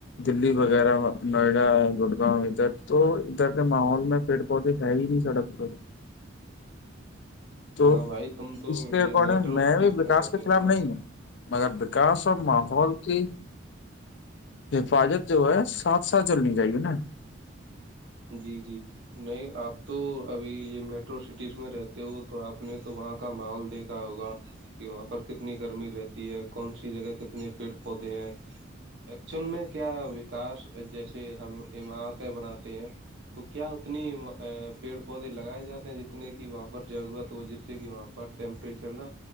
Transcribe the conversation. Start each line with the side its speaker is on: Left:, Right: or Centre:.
Left: دلی وغیرہ نوئیڈا گڑگاؤں ادھر تو ادھر کے ماحول میں پیڑ پودے ہے ہی نہیں سڑک پ <unintelligible> تو
Right: ہاں بھائی تم تو
Left: اس کے
Right: یہ
Left: اکارڈنگ
Right: میٹرو
Left: میں
Right: سٹیز
Left: بھی وکاس
Right: رہتے
Left: کے
Right: ہو
Left: خلاف
Right: نا
Left: نہیں ہوں مگر وکاس اور
Right: جی
Left: ماحول کی حفاظت جو ہے ساتھ ساتھ چلنی چاہیے نا
Right: جی جی نہیں آپ تو ابھی یہ میٹرو سٹیز میں رہتے ہو تو آپ نے تو وہاں کا ماحول دیکھ ہوگا کہ وہاں پر کتنی گرمی رہتی ہے کون سی جگہ کتنے پیڑ پودے ہیں ایکچول میں کیا وکاس جیسی ہم عمارتیں بناتی ہیں تو کیا اتنی پیڑ پودے لگائے جاتے ہیں جتنے کہ وہاں پر ضرورت ہو جس سے کہ وہاں پر ٹیمپریچر نا